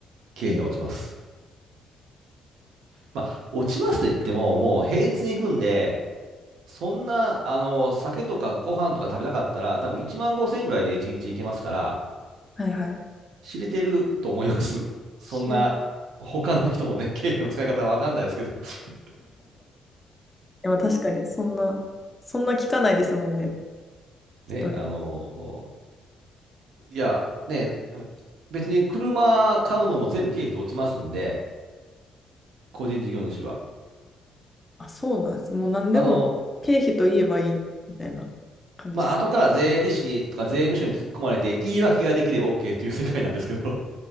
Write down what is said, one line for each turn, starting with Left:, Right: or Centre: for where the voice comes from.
Right: 経費で落ちます。
Left: えー
Right: まあ、落ちますと言っても、もう平日に行くんで、そんな、あの、酒とかご飯とか食べなかったら、多分1万5千ぐらいで1日行けますから、
Left: はいはい。
Right: 知れてると思います。そんな、
Left: し <laughs> い
Right: 他の人のね、経費の使い方は分かんないですけど。<laughs>
Left: やまあ確かに、そんな、そんな聞かないですもんね。人に
Right: ね、あの、いや、ね、別に車買うのも全部経費で落ちますんで、個人事業主は。
Left: あ、そうなんです。もう何でも経費と言えばいいみたいな感じです。
Right: あの、まあ、後から税理士にとか税務署に突っ込まれて言い訳ができれば OK っていう世界なんですけど